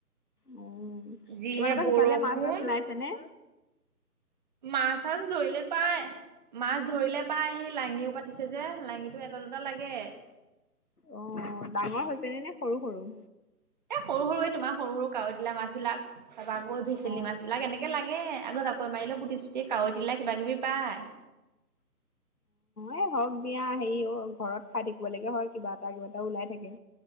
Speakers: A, on the left (about 65°); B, on the right (about 25°).
A: উ
B: যিহে
A: তোমালোকৰ
B: বৰষুণ
A: সিফালে মাছ মাছ ওলাইছে নে
B: মাছ চাছ ধৰিলে পাই মাছ ধৰিলে পাই সেই লাঙিও পাতিছে যে লাঙিটো এটা দুটা লাগে
A: অ ডাঙৰ হৈছে নে নে সৰু সৰু
B: এ সৰু সৰুৱে তোমাৰ সৰু সৰু কাৱৈ দিলা মাছ বিলাক ত গৈ ভেচেলি
A: অ অ
B: মাছবিলাক এনেকে লাগে আগত আকৈ মাৰিলেও পুতি চুতি কাৱৈ তিলা কিবা কিবি পায়
A: এই হওক দিয়া হেৰিও ঘৰত খাই থাকিব লকে হয় কিবা এটা কিবা এটা ওলাই থাকে